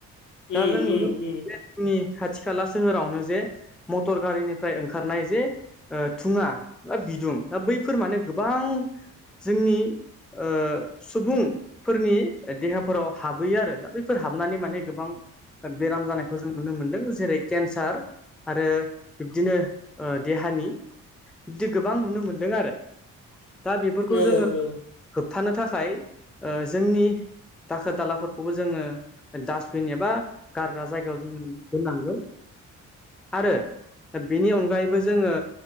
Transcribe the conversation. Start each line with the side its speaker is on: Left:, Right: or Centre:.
Centre: दा
Left: उम
Centre: जों नुनो
Left: उम उम
Centre: जोंनि खाथि खाला सोहोरावनो जे मटर गारिनिफ्राय ओंखारनाय जे थुङा बा बिदुं दा बैफोर माने गोबां जोंनि ओ सुबुं फोरनि देहाफोराव हाबहैयो आरो दा बैफोर हाबनानै माने गोबां बेराम जानायखौ जों नुनो मोन्दों जेरै केन्सार आरो बिब्दिनो ओ देहानि बिदि गोबां नुनो मोनदों आरो दा बेफोरखौ
Left: ओ
Centre: जोङो
Left: ओ
Centre: होबथानो थाखाय ओ जोंनि दाखोर दालाफोरखौबो जोङो डास्टबिन एबा गारग्रा जायगायाव जोङो दोननांगोन। आरो बिनि अनगायैबो जोङो